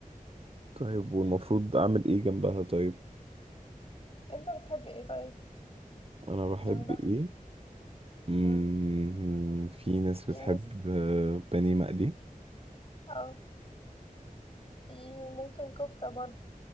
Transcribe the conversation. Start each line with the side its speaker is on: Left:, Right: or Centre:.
Right: طيب والمفروض اعمل ايه جنبها طيب
Left: انت بتحب ايه طيب
Right: انا بحب
Left: جنبها
Right: ايه مم.
Left: مم.
Right: في ناس
Left: في
Right: بتحب
Left: ناس
Right: آه، بانيه مقلي
Left: اه في ممكن كفتة برضو